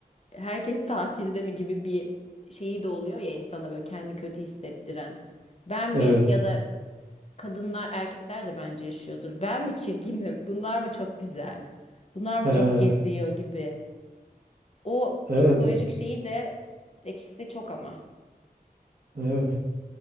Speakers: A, on the left; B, on the right.
A: herkes tatilde mi gibi bir şeyi de oluyor ya insana böyle kendi kötü hissettiren. Ben mi
B: Evet.
A: ya da kadınlar erkekler de bence yaşıyordur. Ben mi çirkinim? Bunlar mı çok güzel? Bunlar mı
B: He.
A: çok geziyor gibi. O
B: Evet,
A: psikolojik şeyi de eksisi de çok ama.
B: evet.